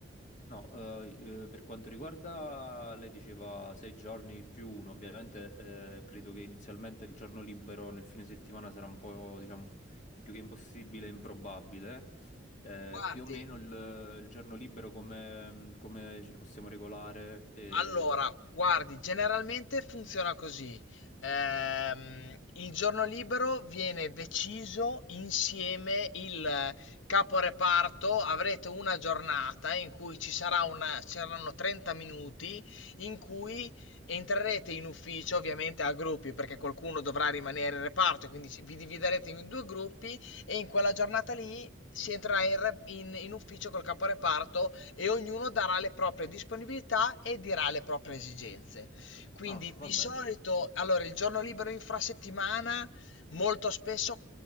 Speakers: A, on the left (about 40°); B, on the left (about 75°).
A: no, eh, eh, per quanto riguarda, lei diceva sei giorni più uno, ovviamente eh, credo che inizialmente il giorno libero nel fine settimana sarà un po', diciamo, più che impossibile, improbabile. Eh,
B: Guardi,
A: più o meno il, il giorno libero come, come ci possiamo regolare? E...
B: Allora, guardi, generalmente funziona così. Ehm, il giorno libero viene deciso insieme il caporeparto. Avrete una giornata in cui ci sarà una, ci saranno 30 minuti in cui entrerete in ufficio, ovviamente a gruppi, perché qualcuno dovrà rimanere in reparto, quindi ci- vi dividerete in due gruppi e in quella giornata lì si entrerà in, re- in in ufficio col caporeparto e ognuno darà le proprie disponibilità e dirà le proprie esigenze. Quindi
A: Ah, va
B: di
A: bene.
B: solito, allora, il giorno libero infrasettimana molto spesso